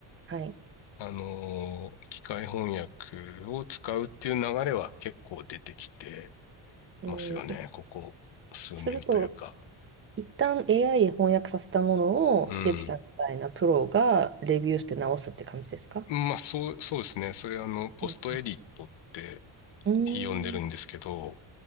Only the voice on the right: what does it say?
はい。
うん、
い
すると、一旦 AI で翻訳させたものを、
秀樹さんみたいなプロがレビューして直すって感じですか
はいうん、うーん